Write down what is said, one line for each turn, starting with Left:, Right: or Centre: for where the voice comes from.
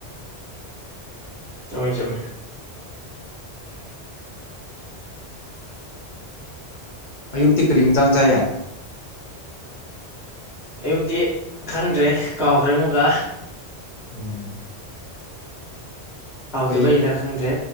Centre: ꯆꯨꯝꯃꯦ-ꯆꯨꯝꯃꯦ
Left: ꯑꯌꯨꯛꯇꯤ ꯀꯔꯤ ꯏꯟꯖꯥꯡ ꯆꯥꯏꯌꯦ
Centre: ꯑꯌꯨꯛꯇꯤ ꯈꯪꯗ꯭ꯔꯦ ꯀꯥꯎꯈ꯭ꯔꯦ ꯑꯃꯨꯛꯀꯥ
Left: ꯎꯝ
Centre: ꯍꯥꯎꯇꯕꯩꯔꯥ
Left: ꯍꯌꯦꯡ
Centre: ꯈꯪꯗ꯭ꯔꯦ